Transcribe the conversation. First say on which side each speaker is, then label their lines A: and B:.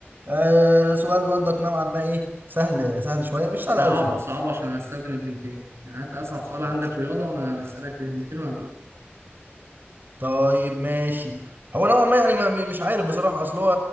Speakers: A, on the right; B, on the right.
A: آه سؤال برضك نوعا ما ايه سهل سهل شويه مش سهل
B: صعبه
A: قوي بصراحه
B: صعبه عشان هستخدم الهنتين يعني هات أصعب سؤال عندك رياضة وأنا هسألك الهنتين وهجيبك
A: طيب ماشي هو نوعا ما يعني ما مش عارف بصراحه اصل هو